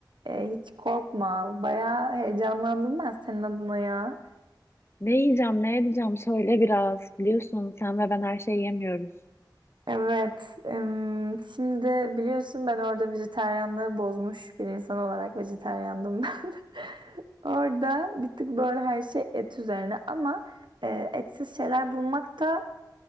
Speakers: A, on the right (about 80°); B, on the left (about 35°).
A: E, hiç korkma bayağı heyecanlandım ben senin adına ya.
B: Ne yiyeceğim, ne edeceğim söyle biraz. Biliyorsun sen ve ben her şeyi yemiyoruz.
A: Evet, em, şimdi biliyorsun ben orada vejetaryenliği bozmuş bir insan olarak vejetaryendim ben. <laughs> Orada bir tık böyle her şey et üzerine ama e, etsiz şeyler bulmak da